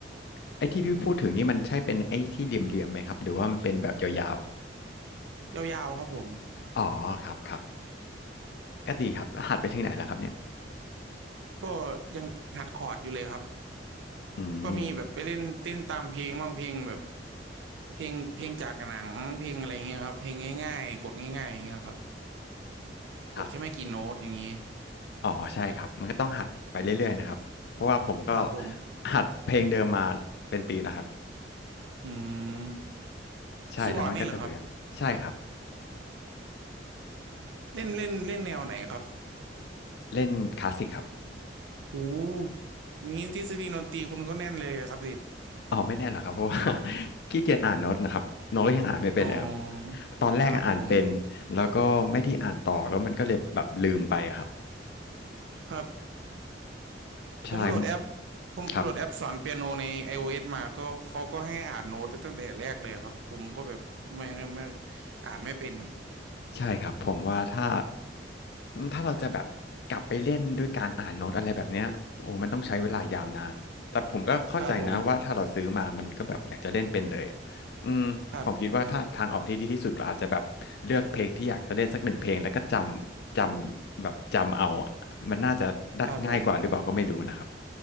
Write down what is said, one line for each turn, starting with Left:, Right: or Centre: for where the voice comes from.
Left: ไอ้ที่พี่พูดถึงนี่มันใช่เป็นไอ้ที่เหลี่ยมๆไหมครับหรือว่ามันเป็นแบบยาว
Right: ยาวๆครับผม
Left: ๆอ๋อครับครับ ก็ดีครับหัดไปถึงไหนแล้วครับเนี่ย
Right: ก็ยังหัดคอร์ดอยู่เลยครับ
Left: อืม
Right: ก็มีแบบไปเล่นเต้นตามเพลงบ้างเพลงแบบเพลงเพลงจากหนังเพลงอะไรเงี้ยครับเพลงง่ายๆกดง่ายๆอย่างเงี้ยครับ
Left: ครับ
Right: กดแค่ไม่กี่โน้ตอย่างงี้
Left: อ๋อใช่ครับมันก็ต้องหัดไปเรื่อยๆนะครับเพราะว่าผมก็
Right: ครับผม
Left: หัดเพลงเดิมมาเป็นปีแล้วครับ
Right: อืม
Left: ใช่แล้วมันก็จะเบื่อใช่ครับ
Right: คีย์บอร์ดนี่เหรอครับเล่นเล่นเล่นแนวไหนครับ
Left: เล่นคลาสสิกครับ
Right: โอ้งี้ทฤษฎีดนตรีคุณก็แน่นเลยครับสิ
Left: อ๋อไม่แน่หรอกครับเพราะว่า <laughs> ขี้เกียจอ่านโน้ตนะครับโน้ตก็ยังอ่านไม่เป็นเลยครับ
Right: อ๋อครับผม
Left: ตอนแรกอะอ่านเป็นแล้วก็ไม่ได้อ่านต่อแล้วมันก็เลยแบบลืมไปอะครับ
Right: ครับ
Left: ใช่
Right: ผมโหลดแอปผมโหลดแอปสอนเปียโนใน
Left: ครับ
Right: iOS มาก็เขาก็ให้อ่านโน้ตตั้งแต่แรกเลยครับผมก็แบบไม่ไม่อ่านไม่เป็น
Left: ใช่ครับผมว่าถ้าถ้าเราจะแบบกลับไปเล่นด้วยการอ่านโน้ตอะไรแบบเนี้ยโอ้โมันต้องใช้เวลายาวนานแต่ผมก็เข้าใจนะว่าถ้าเราซื้อมามันก็แบบอยากจะเล่นเป็นเลยอะอืมผมคิดว่าถ้าทางออกที่ดีที่สุดเราอาจจะแบบเลือกเพลงที่อยากจะเล่นสักหนึ่งเพลงแล้วก็จำจำแบบจำเอาอะมันน่าจะได้ง่ายกว่าหรือเปล่าก็ไม่รู้นะครับ
Right: ครับผมครับ ครับผม